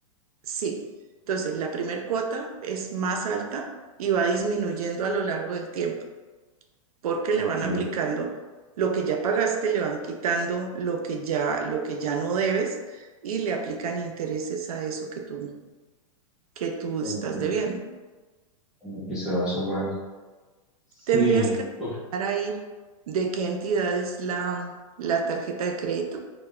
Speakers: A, on the right (about 80°); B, in the centre.
A: Sí. Entonces, la primera cuota es más alta y va disminuyendo a lo largo del tiempo porque
B: Ok,
A: le van aplicando lo que ya pagaste, le van quitando lo que ya, lo que ya no debes y le aplican intereses a eso que tú, que tú
B: como
A: estás
B: que,
A: debiendo.
B: como que se va sumando. Sí,
A: Tendrías que
B: uf,
A: estar ahí ¿De qué entidad es la, la tarjeta de crédito?